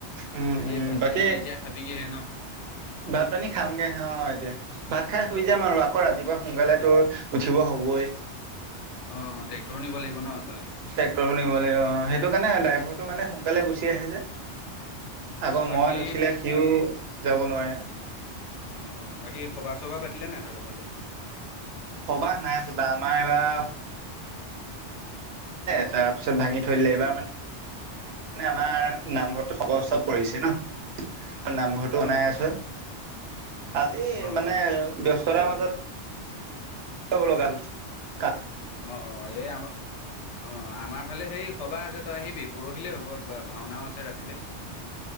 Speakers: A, on the right; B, on the left.
A: উম
B: বাকী
A: উম
B: ভাত
A: বাকী
B: পানী এতিয়া খাবিগিহে ন?
A: ভাত পানী খামগে অ', এতিয়া। ভাত খাই শুই যাম আৰু আকৌ ৰাতিপুৱা সোনকালে তোৰ উঠিব হ'বই।
B: অ', ট্ৰেক্টৰ নিব লাগিব ন' তই?
A: ট্ৰেক্টৰো নিব লাগিব অ', সেইটো কাৰণে ড্ৰাইভৰটো মানে সোনকালে গুচি আহে যে।
B: অ',
A: আকৌ
B: বাকী
A: মই নুঠিলে সিও যাব নোৱাৰে।
B: অ', অ', বাকী সবা চবা পাতিলে নাই তহঁতৰ ফালে।
A: সবাহ নাই পতা আমাৰ এইবাৰ তাৰপিছত ভাঙি থৈ দিলে এইবাৰ মানে
B: অ',
A: মানে আমাৰ নামঘৰত সকলো চব কৰিছে ন'। নামঘৰটো বনাই
B: অ',
A: আছোঁ,
B: অ',
A: আজি
B: অ',
A: মানে
B: অ',
A: ব্যস্ততাৰ মাজত বল গাল <unintelligible>
B: অ', অ', এই আম অ', আমাৰ ফালে সেই সবাহ আছে তই আহিবি পৰহিলেই হ'ব বা ভাওনাও আছে ৰাতিলে। <inaudible>